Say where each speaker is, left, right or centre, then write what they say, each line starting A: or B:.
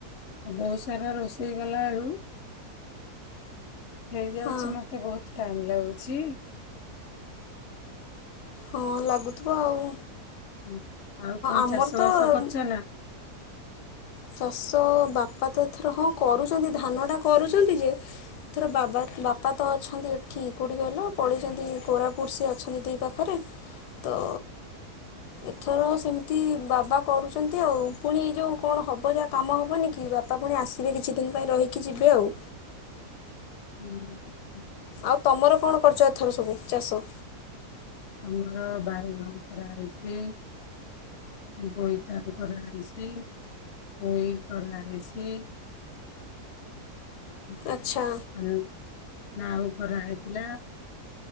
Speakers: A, on the left (about 60°); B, on the left (about 80°).
A: ବହୁତ ସାରା ରୋଷେଇ କଲାବେଳୁ ହେଇଯାଉଛି
B: ହଁ
A: ମତେ ବହୁତ ଟାଇମ୍ ଲାଗୁଛି।
B: ହଁ ଲାଗୁଥିବ ଆଉ।
A: ହୁଁ ଆଉ କଣ
B: ଆମର
A: ଚାଷବାସ
B: ତ
A: କରୁଛ ନା।
B: ଚାଷ ବାପା ତ ଏଥର ହଁ କରୁଛନ୍ତି ଧାନଟା କରୁଛନ୍ତି ଯେ ଏଥର ବାବା ବାପା ତ ଅଛନ୍ତି କିଏ କୋଉଠି କହିଲ ପଳେଇଛନ୍ତି କୋରାପୁଟ ସେ ଅଛନ୍ତି ଦେଇ ପାଖରେ ତ ଏଥର ସେମିତି ବାବା କରୁଛନ୍ତି ଆଉ ପୁଣି ଏ ଯେଉଁ କଣ ହବ ଯାହା କାମ ହବନି କି ବାପା ବାପା ପୁଣି ଆସିବେ କିଛି ଦିନ ପାଇଁ ରହିକି ଯିବେ ଆଉ।
A: ହୁଁଁ ହୁଁ।
B: ଆଉ ତମର କଣ କରିଛ ଏଥର ସବୁ ଚାଷ।
A: ଆମର ବାଇଗଣ ପରା ହେଇଛି। ବୋଇତାଳୁ କରାହେଇଛି ପୋଇ କରାହେଇଛି। <unintelligible>
B: ଆଚ୍ଛା
A: ନାଉ କରାହେଇଥିଲା।